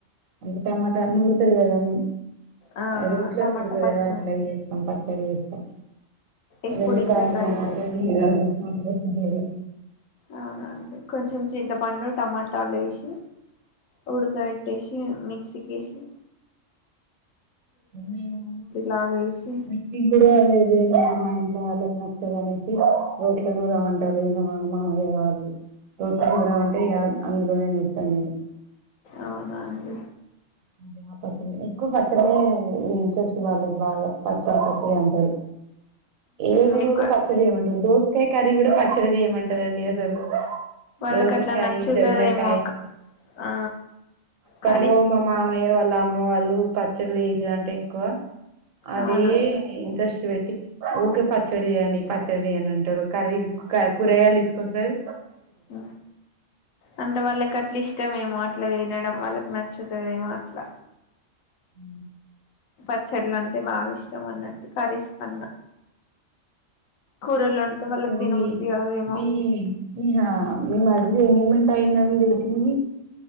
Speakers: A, on the right (about 85°); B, on the left (about 85°).
A: అంటే టమాటా నూరుతరు కదా అండి
B: ఆ
A: అది రోట్లో
B: టమాటా
A: నూరుతరు
B: పచ్చిమి
A: కదా అట్ల చేసుకుంటం కడిగెస్స
B: ఎప్పుడు
A: రెండు
B: ఇట్లా
A: కారంలా
B: ట్రై చేయాలి
A: అట్లా జీరాదు అది గప్పదల
B: అవునా అండి కొంచెం చింత పండు టమాటాలు ఏసి ఉడుక పెట్టేసి మిక్సి కేసి
A: మేము
B: లాగా వేసి
A: మిక్సి కూడా ఏద లేరు మా ఇంట్లో వాళ్ళ నచ్చదు అనేసి రోట్ల నూరమ్మంటారు ఈ మా మామయ్య వాళ్ళు రోట్ల నూరమంటే అందులోనే నూర్తా నేను
B: అవునా అండి
A: అదే ఆ పచ్చడి ఎక్కువ పచ్చడే ఇంట్రెస్ట్ వాళ్ళకు బాగా పచ్చడి పచ్చడి అంటారు ఏ జూడు
B: ఎక్కువ
A: పచ్చచడింటుంటే కాయ్ కర్రీ కూడా పచ్చడి చేయమంటారండి అసలు
B: వాళ్ళకట్ల
A: దోసకాయ
B: నచ్చుతదమోక
A: దొండకాయ
B: ఆ క
A: లో మా మామయ్య వాళ్ళ అమ్మ వాళ్ళు ఉ పచ్చళ్లు యెషెదంట ఎక్కువ అదే
B: అవునండి
A: ఇంట్రెస్ట్ వెట్ ఊకే పచ్చడి జేయండి పచ్చడి జేయండి అని అంటరు కర్రీ కూరగాయలు తీసుకొస్తది
B: ఊ అంటే వాళ్ళకట్ల ఇష్టమెమో మాట్ల తినడం వాళ్ళకి నచ్చుతదేమో అట్ల
A: ఊ
B: పచ్చడ్లంటే అంటే బాగా ఇష్టం అన్నట్టు కర్రీస్ కన్నా కూరలు అంటే వాళ్ళకి
A: కర్రీ
B: తినబుద్ధి కాదేమో
A: మీ ఇంగ మీ మరిదిది ఎంగేజ్మెంట్ అంటే అయిందని తెలిసింది